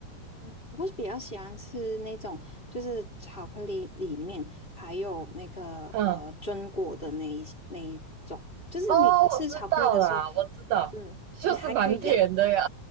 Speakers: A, on the left (about 20°); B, on the right (about 70°).
A: 嗯，我比较喜欢吃那种，就是巧克力里面还有那个呃榛果的那一那一种，
B: 嗯，
A: 就是你吃巧克力的时候，
B: 哦，我知道啦，我知道，
A: 嗯，
B: 就是蛮甜的呀。
A: 你还可以咬，